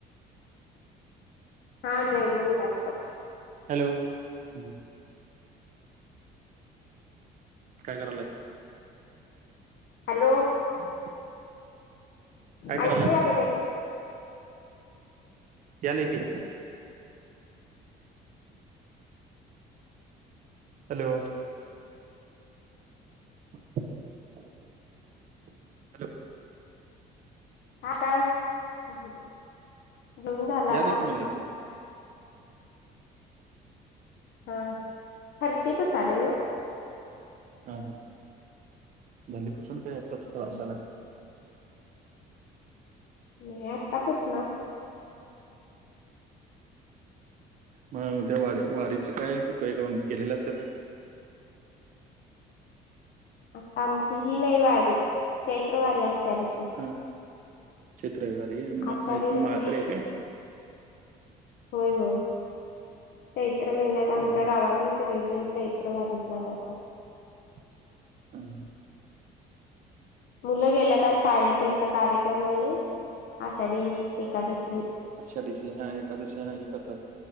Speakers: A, on the left; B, on the right.
A: हा जेवलो बघ आत्ताच.
B: हॅलो ह, काय करायला.
A: हॅलो,
B: <inaudible> काय करायलाय
A: ऐकू यालय का नाही?
B: यालय की. हॅलो, हॅलो,
A: आता, जेवून झालं आता.
B: यालय की मला ऐकव.
A: हा, फरशी पुसालोय ओ.
B: हा हा, झाली पुसून काय आताच
A: ओ
B: वास आला.
A: नाही आत्ता पुसलो.
B: मग उद्या वा वारीचं काय काही कोण गेलेला असंत.
A: आता आमची ही नाही वारी चैत्र वारी असत्या आमची.
B: हा, चैत्र वारी आहे. हा
A: आषाढी
B: म्हणजे तुम्ही
A: नाही
B: माळकरी आहे काय?
A: होय होय, चैत्र महिन्यात
B: हा
A: आमच्या
B: हा
A: गावातली सगळी जण चैत्र वारीला जातात.
B: हा.
A: मुलं गेल्यात आज शाळेत त्यांचा कार्यक्रम आहेनं आषाढी एकादशीनि
B: आषाढी ची हा एकादशी हा हे करतात.